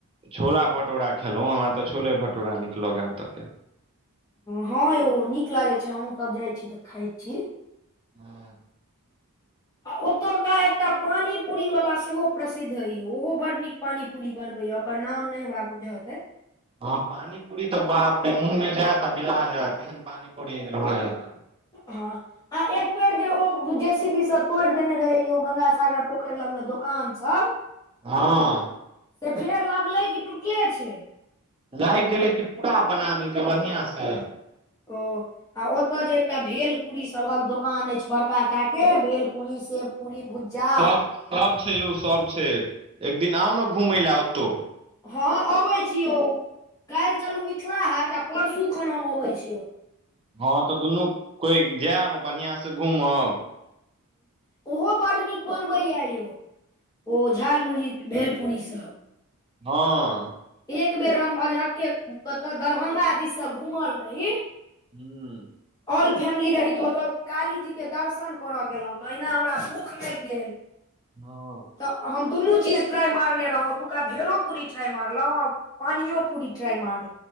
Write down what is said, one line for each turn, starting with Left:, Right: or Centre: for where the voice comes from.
Right: छोला भटोरा खेलों हमरा तऽ छोले भटोरा निक लगैय ओतय के।
Left: हां यौ निक लागे छै हमहुँ सब जाय छी तऽ खाय छी।
Right: हां।
Left: आ ओतुका एकटा पानी पुरी वला सेहो प्रसिद्ध हय यौ ओहो बड निक। पानी पुरी बनबै या ओकर नाम नै हमरा बुझल ये।
Right: हाॅं पानी पुरी तऽ बापरे मुॅंह में जायत आ बिला जायत एहन पानी पुरी रोहै ओत के।
Left: हाॅं। आ एक बेर जे ओ जेसीबी सऽ तोइर देने रहैयो गंगा सागर पोखैर लग मे दु। कान सब।
Right: हाॅं।
Left: से फेर लगलै कि टूटले छै।
Right: लाइग गेलै कि पुरा बना देलकै बढ़ियां स।
Left: ओ आ ओतऽ जे एकटा भेल पुरी सभहक दोकान अइछ बड़का टा के भेल। पूरी सेब पूरी भुज्जा।
Right: सब सब छै यौ सब छै एक दिन आउ न घुमय लए ओतौ।
Left: हाॅं अबै छी यो कैइल चलु मिथला हाट आ परसु खन हम अबै छी।
Right: हाॅं तऽ दुनू कोय जैब बढ़िआँ सँ घूमब।
Left: ओहो बड़ निक बनबैया यौ ओ। झाल मुरही भेलपुरी सब।
Right: हाॅं।
Left: एक बेर हम अझक्के कतऽ दरभंगा दिस सऽ घूमल रही।
Right: हुं।
Left: ऑल फैमिली रही तऽ ओतऽ कालीजी के दर्शन करऽ गेलौं तऽ अहिना हमरा भूख। लैग गेल।
Right: हँ
Left: तऽ हम दुनू चीज ट्राय मारने रहौं ओतुका भेलो पूरी ट्राय मार। लौं पानियो पुरी ट्राय मारलौ